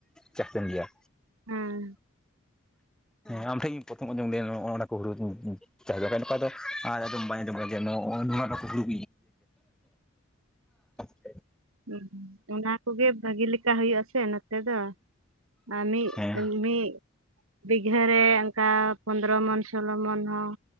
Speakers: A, in the centre; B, on the right (about 80°).
A: ᱪᱟᱥᱮᱱ ᱜᱮᱭᱟ᱾
B: ᱦᱮᱸ
A: ᱦᱮᱸ ᱟᱢ ᱴᱷᱮᱱ ᱤᱧ ᱯᱨᱚᱛᱷᱚᱢ ᱟᱸᱡᱚᱢ ᱫᱟ ᱚᱱᱟ ᱠᱚ ᱦᱩᱲᱩ ᱪᱟᱥ ᱫᱚ ᱱᱚᱝᱠᱟ ᱫᱚ ᱵᱟᱧ, ᱚᱱᱟ ᱚᱱᱟ ᱠᱚ ᱦᱩᱲᱩ <inaudible>
B: ᱦᱩᱸ ᱚᱱᱟ ᱠᱚᱜᱮ ᱵᱷᱟᱜᱤ ᱞᱮᱠᱟ ᱦᱩᱭᱩᱜ-ᱟ ᱥᱮ ᱱᱚᱛᱮ ᱫᱚ᱾ ᱟᱢᱤᱜ
A: ᱦᱮᱸ
B: ᱼᱟᱢᱤᱜ, ᱵᱤᱜᱷᱟᱹᱨᱮ ᱚᱱᱠᱟ ᱯᱚᱸᱫᱨᱚ ᱢᱚᱱ ᱥᱳᱞᱳ ᱢᱚᱱ ᱦᱚᱸ,